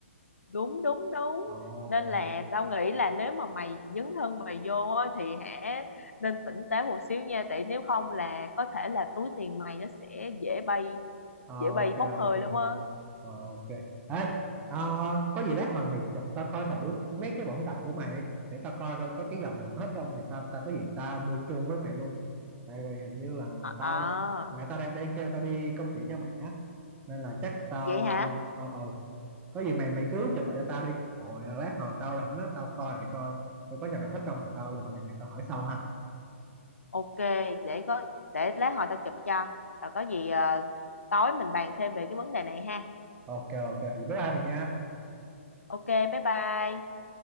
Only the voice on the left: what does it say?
đúng đúng đúng
nên là tao nghĩ là nếu mà mày dấn thân mày vô á, thì hãy nên tỉnh táo một xíu nha tại nếu không là có thể là túi tiền mày nó sẽ dễ bay
dễ bay
bốc
hơi lắm á
à,
vậy hả
ok để có để lát hồi tao chụp cho rồi có gì ờ, tối mình bàn thêm về cái vấn đề này ha
ok bye bye